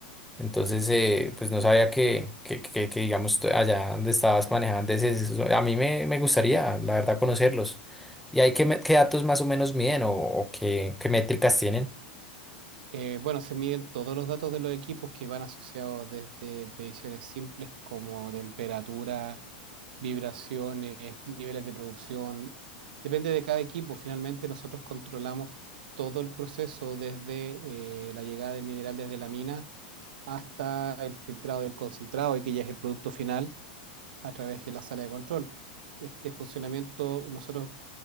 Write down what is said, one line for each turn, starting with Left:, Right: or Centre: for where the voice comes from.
Centre: Entonces, eh, pues no sabía que, que, que- que, digamos, tú- allá donde estabas manejando ese, eso- a mí me, me gustaría, la verdad, conocerlos. ¿Y hay qué, me- qué datos más o menos miden o, o qué, qué métricas tienen?
Right: Eh, bueno, se miden todos los datos de los equipos que van asociados desde mediciones simples como temperatura, vibraciones, niveles de producción. Depende de cada equipo. Finalmente, nosotros controlamos todo el proceso desde eh, la llegada del mineral desde la mina hasta el filtrado del concentrado, y que ya es el producto final a través de la sala de control. Este funcionamiento, nosotros